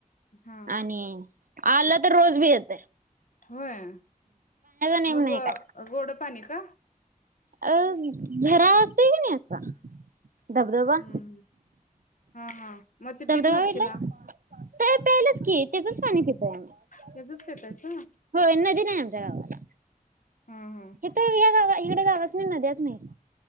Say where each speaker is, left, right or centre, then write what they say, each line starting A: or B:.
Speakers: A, on the left; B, on the right.
A: हा
B: आणि आला तर रोज बी येतयं.
A: होय
B: नेम
A: मग
B: नाही
A: गो
B: काय.
A: गोड पाणी का?
B: अ झरा असतोय कनी असा दबदबा
A: हम्म हा हा. मग ते
B: धबधबा
A: पित नसशीला
B: बघितलाय? तर प्यायलाच की त्याचच पाणी पितोय आम्ही.
A: त्याचच पेतायच
B: होय नदी नाही आमच्या गावाला.
A: हा हा
B: तिथ या गावा इकड गावसनी नद्याचं नाही बघ.